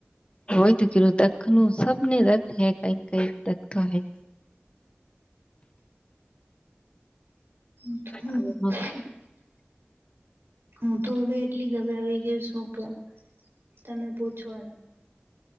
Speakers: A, on the left; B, on the right.
A: હોય તો, કેું દખ ન સબને દે, કઈક કઈકતો હૈ.
B: હ.
A: હે
B: <unintelligible> હું તો ભ એટલી ગભરાાવી ગયું છું, તો તમે પૂછો.